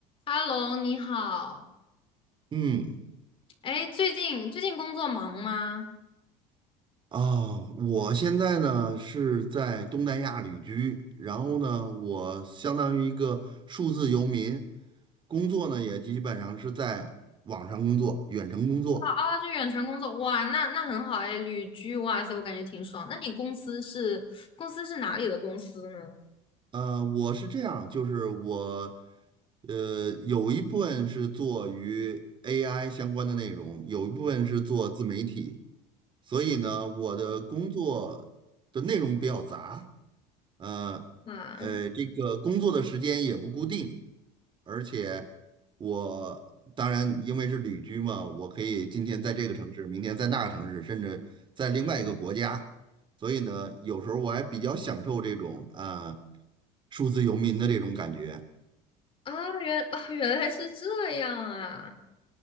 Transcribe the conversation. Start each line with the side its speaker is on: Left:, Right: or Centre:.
Left: 哈喽，你好。
Right: 嗯，
Left: 哎，最近最近工作忙吗？
Right: 啊，我现在呢是在东南亚旅居，然后呢，我相当于一个数字游民，工作呢也基本上是在网上工作，远程工作。
Left: 啊，就远程工作，哇，那那很好哎，旅居，哇塞，我感觉挺爽。那你公司是公司是哪里的公司呢？
Right: 呃，我是这样，就是我，呃，有一部分是做与 AI 相关的内容，有一部分是做自媒体，所以呢，我的工作的内容比较杂。呃呃，
Left: 啊
Right: 这个工作的时间也不固定，而且我当然因为是旅居嘛，我可以今天在这个城市，明天在那个城市，甚至在另外一个国家，所以呢，有时候我还比较享受这种啊、呃数字游民的这种感觉。
Left: 啊，原啊原来是这样啊，